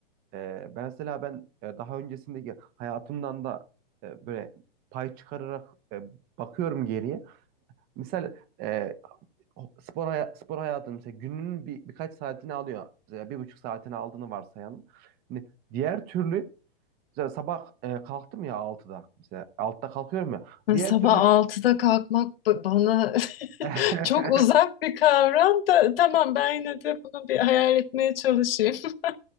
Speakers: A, on the right; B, on the left.
A: e, ben mesela ben e, daha öncesindeki hayatımdan da e, böyle pay çıkararak e, bakıyorum geriye. Misal e, spor haya- spor hayatı mesela gününün bir birkaç saatini alıyor. Mesela bir buçuk saatini aldığını varsayalım. Hani diğer türlü mesela sabah e, kalktım ya altıda Mesela 6'da kalkıyorum ya.
B: Hani
A: Diğer
B: sabah
A: türlü
B: altıda kalkmak ba- bana <laughs>
A: <laughs>
B: Çok uzak bir kavram da tamam ben yine de bunu bir hayal etmeye çalışayım. <laughs>